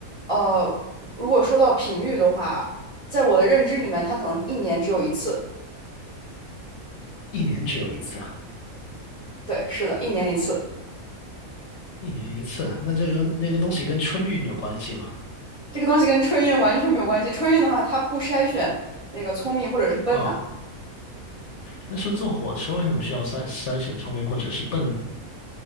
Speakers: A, on the right; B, on the left.
A: 呃，如果说到频率的话，在我的认知里面，它可能一年只有一次。
B: 一年只有一次啊，
A: 对，是的，一年一次。
B: 一年一次，那这个那个东西跟春运有关系吗？
A: 这个东西跟春运完全没有关系。春运的话，它不筛选那个聪明或者是笨呐、
B: 啊、但是坐火车为什么需要筛筛选聪明或者是笨呢？